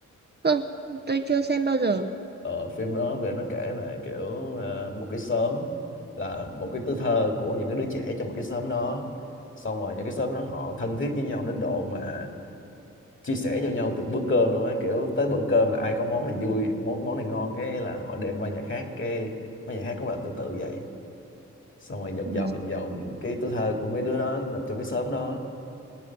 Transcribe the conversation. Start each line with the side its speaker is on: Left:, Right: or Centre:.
Right: không tôi chưa xem bao giờ
Left: ờ, phim đó về nó kể về kiểu ờ, một cái xóm là một cái tuổi thơ của những cái đứa trẻ trong một cái xóm đó xong rồi những cái xóm đó họ thân thiết với nhau đến độ mà chia sẻ cho nhau từng bữa cơm luôn á kiểu tới bữa cơm là ai có món này vui món món này ngon cái là họ đem qua nhà khác cái mấy nhà khác cũng làm tương tự vậy xong rồi vòng
Right: Ừ.
Left: vòng vòng vòng cái tuổi thơ của mấy đứa đó nằm trong cái xóm đó